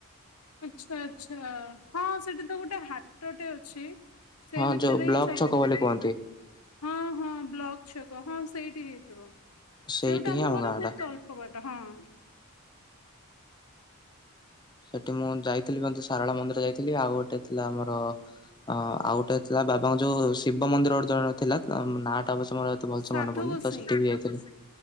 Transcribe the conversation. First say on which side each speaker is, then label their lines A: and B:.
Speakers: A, on the left; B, on the left.
A: ଆଚ୍ଛା ଆଚ୍ଛା, ହଁ ସେଠି ତ ଗୋଟ୍ ଗୋଟେ ହାଟଟେ ଅଛି ସେଇ
B: ହଁ
A: ଭିତରେ
B: ଯୋଉ ବ୍ଲକ
A: ହିଁ ସବୁ
B: ଛକ ବୋଲି କୁହନ୍ତି।
A: ହଁ ହଁ ବ୍ଲକ୍ ଛକ ହଁ ସେଇଠି ହେଇଥିବ।
B: ସେଇଠି
A: ସେଉଠୁ ଆମ
B: ହିଁ
A: ଘର
B: ଗାଁ
A: ବହୁତ
B: ଟା
A: ଅଳ୍ପ ଵାଟ୍ ହଁ।
B: ସେଠି ମୁଁ ଯାଇଥିଲି ମତେ ସାରଳା ମନ୍ଦିର ଯାଇଥିଲି ଆଉ ଗୋଟେ ଥିଲା ଆମର ଅ ଆଉ ଗୋଟେ ଥିଲା ବାବାଙ୍କ ଯୋଉ ଶିବ ମନ୍ଦିର ଗୋଟେ ଜଣେ ଥିଲା ନାଁଆଟା ଅବଶ୍ୟ‌ ମୋର ଏ ତେ ଭଲସେ
A: ସାଧୁ
B: ମନେ ପଡୁନି
A: ଗୋସାଇଁ।
B: ତ ସେଠି ବି ଯାଇଥିଲି।